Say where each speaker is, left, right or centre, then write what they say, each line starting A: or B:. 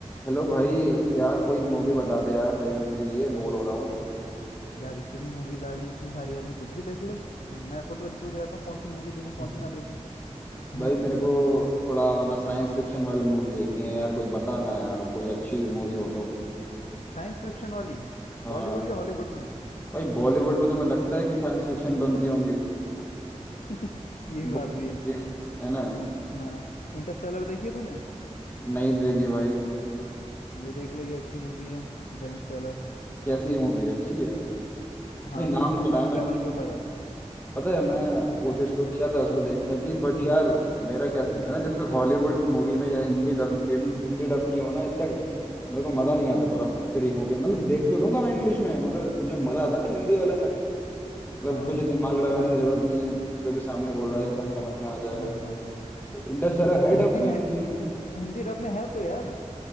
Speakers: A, on the left; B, on the left.
A: Hello भाई यार कोई मूवी बता दे यार देखने के लिए बोर हो रहा हूँ
B: यार इतनी मूवीज आ रही हैं इतनी सारी आ रही हैं कुछ भी देख ले मैं खुद कंफ्यूज रहता हूँ कौन सी मूवी देखूँ कौन
A: <laughs>
B: सी ना देखूँ <laughs>
A: भाई
B: यार
A: मेरे को थोड़ा मतलब साइंस फिक्शन वाली मूवी देखनी है यार कोई बता ना यार कोई अच्छी मूवी हो तो
B: साइंस फिक्शन वाली
A: हाँ
B: बॉलीवुड या हॉलीवुड में
A: भाई बॉलीवुड में तुम्हें लगता है कि साइंस फिक्शन बनती होंगी
B: <laughs> ये भी
A: वो-
B: बात भी है
A: ये है ना
B: हाँ इंटरस्टेलर देखी है तूने
A: नहीं देगी भाई
B: ये देख ले ये अच्छी मूवी है इंटरस्टेलर
A: कैसी है मूवी अच्छी है भाई
B: हाँ टाइम
A: नाम सुना
B: टाइम
A: है
B: ट्रैवल के ऊपर है
A: पता है मैं कोशिश
B: टाइम
A: तो किया था
B: हाँ
A: उसको देखने की बट यार मेरा क्या सीन है ना
B: हाँ
A: जब तक हॉलीवुड मूवी में या हिंदी डब हिंदी डब नहीं हो ना जब तक मेरे को मजा नहीं आता
B: हम्म,
A: पूरा फ्री होके मतलब देख तो लूंगा मैं इंग्लिश में मगर जो मजा आता है ना हिंदी वाले में मतलब
B: हाँ
A: कुछ
B: हाँ
A: दिमाग लगाने की जरूरत नहीं जो भी सामने बोल
B: हाँ
A: रहा है इंसान
B: समझ
A: समझ
B: रहा हूँ
A: में आ जाए
B: समझ रहा हूँ समझ रहा हूँ
A: इंटरस्टेलर है
B: तो
A: डब
B: हिंदी
A: में
B: में है-
A: हिंदी में
B: हिंदी डब में है तो यार